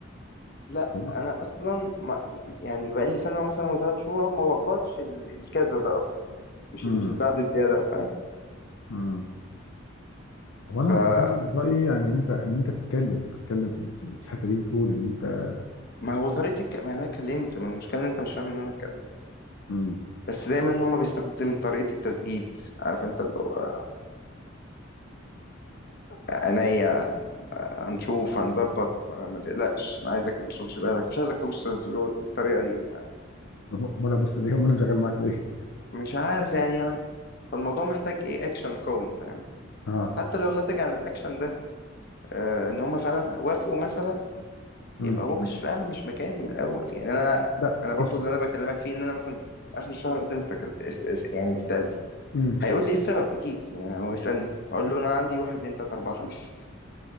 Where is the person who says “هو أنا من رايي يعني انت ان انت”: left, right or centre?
Left